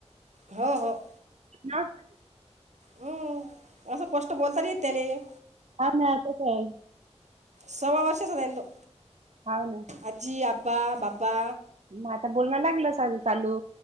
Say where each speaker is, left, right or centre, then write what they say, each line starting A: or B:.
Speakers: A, on the right; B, on the right.
A: हो हो.
B: ना.
A: हम्म, असं स्पष्ट बोलतारी त्याले.
B: काम ह्या कसं हाय?
A: सवा वर्षच राहिलो.
B: हाव ना
A: आज्जी, अब्बा, बाबा.
B: मग आता बोलण लागलं साजं चालू.